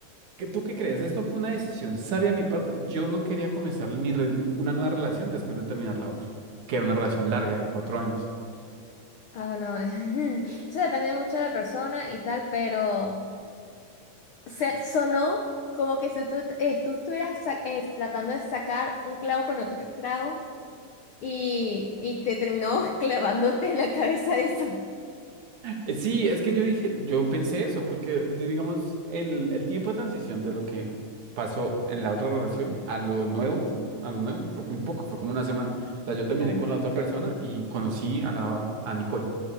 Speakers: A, on the right (about 65°); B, on the left (about 80°).
A: ¿Qué- ¿Tú qué crees? ¿Esto fue una decisión sabia de mi parte? Yo no quería comenzar mi re- una nueva relación después de terminar la otra, que era una relación larga de cuatro años.
B: Ah, bueno, <laughs> eso depende mucho de la persona y tal, pero se sonó como que si tú, eh, tú estuvieras sa- eh, tratando de sacar un clavo con otro clavo y, y te terminó <laughs> clavándote en la cabeza eso.
A: Eh, sí, es que yo dije, yo pensé eso, porque di- digamos, el, el tiempo de transición de lo que pasó en la otra relación a lo nuevo, a lo nuevo fue muy poco, fue como una semana. O sea, yo terminé
B: Ay, no.
A: con la otra persona y conocí a la a Nicole.